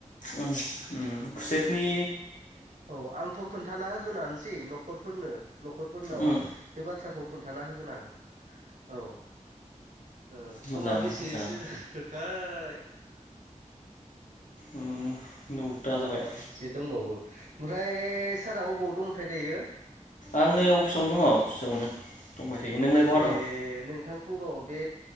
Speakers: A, on the left (about 75°); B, on the right (about 75°).
A: ओम ओम खुसेतनि
B: औ आंथ' खोन्थाना होगोनानोसै न'खरफोरनो न'खरफोरनाव।
A: उम
B: बे बाथ्राखौ खोन्थाना होगोन आं। औ ओ समा
A: मोजाङानो
B: बेसेसो
A: मोजाङानो
B: जाखो? थाय
A: उम नौथा
B: ओ अ
A: जाबाय
B: अ एसे दंबावो। ओमफ्राय सारा अबावयाव दंथाय दायो?
A: आं नै अफिसावनो दङ अफिसावनो दंबाय थायो। नोंलाय बहा
B: ए
A: दं?
B: नोंथांखौ र' बे